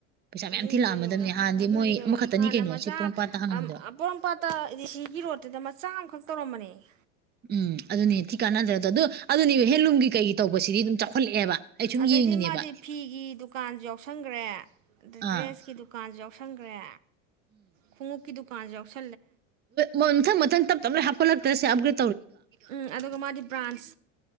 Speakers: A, on the right; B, on the right.
A: ꯄꯩꯁꯥ ꯃꯌꯥꯝ
B: ꯑꯗꯨꯒꯤꯗꯣ
A: ꯊꯤ ꯂꯥꯛꯑꯝꯃꯗꯕꯅꯤ
B: ꯌꯦꯡꯉ
A: ꯍꯥꯟꯅꯗꯤ
B: ꯑꯗꯨꯒꯤꯗꯣ
A: ꯃꯣꯏ ꯑꯃꯈꯛꯇꯅꯤ
B: ꯌꯦꯡꯉꯣ ꯍꯥꯟꯅ
A: ꯀꯩꯅꯣ
B: ꯃꯆꯥ
A: ꯁꯤ ꯄꯣꯔꯣꯝꯄꯥꯠꯇ ꯍꯥꯡꯉꯝꯃꯤꯗꯣ
B: ꯑꯄꯣꯔꯝꯄꯥꯠꯇꯗꯤ ꯁꯤꯒꯤ ꯔꯣꯠꯇꯨꯗ ꯃꯆꯥ ꯑꯃꯈꯛ ꯇꯧꯔꯝꯕꯅꯦ꯫
A: ꯎꯝ ꯑꯗꯨꯅꯦ ꯊꯤ ꯀꯥꯟꯅꯗ꯭ꯔꯦ ꯑꯗꯣ ꯑꯗꯨ ꯑꯗꯨꯅꯦꯕ ꯍꯦꯟꯂꯨꯝꯒꯤ ꯀꯩꯒꯤ ꯇꯧꯕꯁꯤꯗꯤ ꯑꯗꯨꯝ ꯆꯥꯎꯈꯠꯂꯛꯑꯦꯕ ꯑꯩ ꯁꯨꯝ
B: ꯑꯗꯩꯗꯤ
A: ꯌꯦꯡꯉꯤꯅꯦꯕ
B: ꯃꯥꯗꯤ ꯐꯤꯒꯤ ꯗꯨꯀꯥꯟꯁꯨ ꯌꯥꯎꯁꯟꯈ꯭ꯔꯦ ꯑꯗ ꯗ꯭ꯔꯦꯁꯀꯤ
A: ꯑꯥ
B: ꯗꯨꯀꯥꯟꯁꯨ ꯌꯥꯎ ꯈꯪꯒ꯭ꯔꯦ꯫ ꯈꯨꯡꯅꯨꯞ ꯒꯤꯗꯨ꯫ ꯀꯥꯖ ꯑꯣꯐ
A: ꯃꯪ ꯃꯊꯪ ꯇꯞ ꯇꯝꯕ꯭ꯔꯦ ꯍꯥꯄꯂꯛ ꯇꯔꯦꯕ꯭ꯔ
B: ꯎꯝ ꯑꯗꯨꯒꯥ ꯃꯥ ꯗꯤ ꯁꯥꯈꯥ